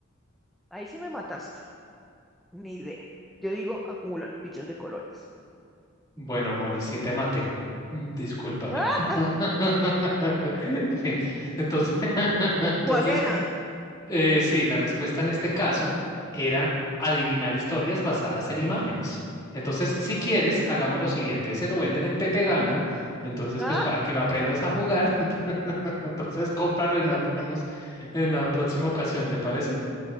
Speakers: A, in the centre; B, on the left (about 20°).
A: Ahí sí me mataste. Ni idea. Yo digo acumular fichas de colores.
B: Bueno, Moni, sí te maté. Mm, Discúlpame.
A: <laughs> ¡Ah!
B: <laughs> Sí, entonces, <laughs> entonces
A: ¿Cuál era?
B: eh, sí, la respuesta en este caso era adivinar historias basadas en imágenes. Entonces, si
A: Ah,
B: quieres, hagamos lo siguiente. Se lo venden en Pepe Ganga. Entonces,
A: Ah,
B: pues para que lo aprendas a jugar, Entonces, cómpralo y nos
A: <laughs>
B: vemos en la próxima ocasión, ¿te parece?